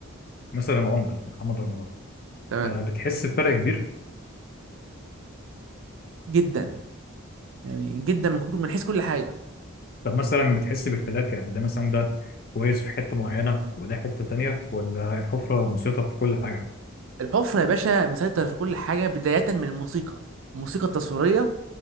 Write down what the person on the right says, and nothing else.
تمام
جدا يعني جدا من كل- من حيث كل حاجة
الحفرة يا باشا مسيطر في كل حاجة بداية من الموسيقى الموسيقى التصويرية